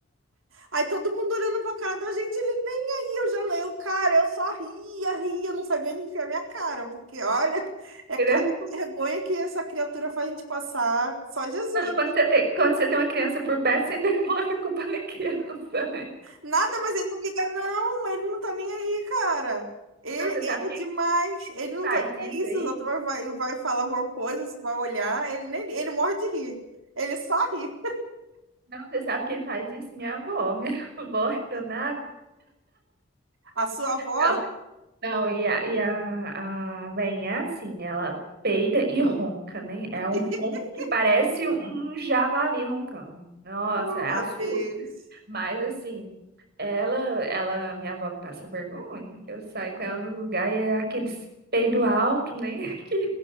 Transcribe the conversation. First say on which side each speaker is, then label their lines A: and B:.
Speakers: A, on the right (about 80°); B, on the right (about 55°).
A: Aí todo mundo olhando pra cara da gente, ele nem aí, eu já eu, cara, eu só ria, ria, não sabia onde enfiar minha cara, porque olha, é
B: <laughs>
A: cara de vergonha que essa criatura faz a gente passar, só Jesus.
B: Não, quando você tem, quando você tem uma criança por perto, você ainda <laughs> coloca a culpa na criança, né?
A: Nada, mas ele não liga, não, ele não tá nem aí, cara. Ele,
B: Não, você
A: ele
B: sabe quem
A: demais, ele não
B: faz
A: tá
B: isso
A: nem aí,
B: aí?
A: se os outros vai, vai vai falar alguma coisa, se vai olhar, ele nem, ele morre de rir, ele só ri.
B: Não, você sabe quem faz isso? Minha avó. <laughs> Minha avó é danada.
A: A sua avó,
B: Não, não, e a, e a, a velhinha é assim, ela peida e ronca, né? É
A: <laughs>
B: um ronco que parece um javali roncando. Nossa,
A: oh
B: é
A: meu
B: assusta.
A: Deus,
B: Mas assim, ela, ela, minha avó me passa vergonha, que eu saio com ela no lugar e é aqueles peido alto, né? <laughs>